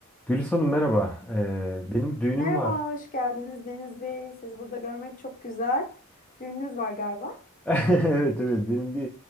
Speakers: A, in the centre; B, on the left (about 40°).
A: Gülis Hanım merhaba. Ee, benim düğünüm
B: Merhaba,
A: var. <laughs>
B: hoş geldiniz Deniz Bey. Sizi burada görmek çok güzel. Düğününüz var galiba.
A: Evet evet benim bir